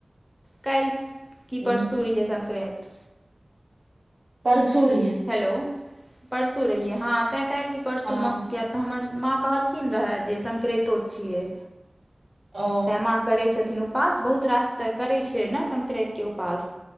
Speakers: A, on the left; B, on the right.
A: काइल। कि
B: ह
A: परसू रहय संक्रांत।
B: परसू रीहे।
A: हेलो परसू रहै हँ तें काइल की परसू
B: हँ
A: म। किए त हमर माँ कहलखिन रहए जे संक्राइतो छियै।
B: ओ
A: माँ करै छथिन उपास बहुत रास त करै छै न संक्राइतके उपास।